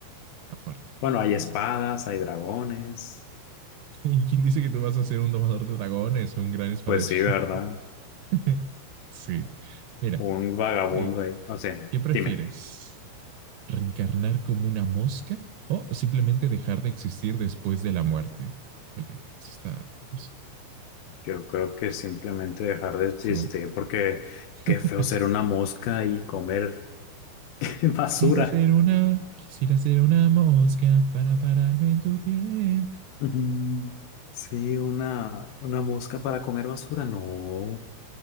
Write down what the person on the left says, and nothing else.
Bueno, hay espadas, hay dragones.
Pues sí, ¿verdad?
Un vagabundo
ahí. O sea,
dime.
Yo creo que simplemente dejar de existir
porque qué
feo ser una mosca y comer <laughs> basura.
Ujú. Sí, una, una mosca para comer basura. No,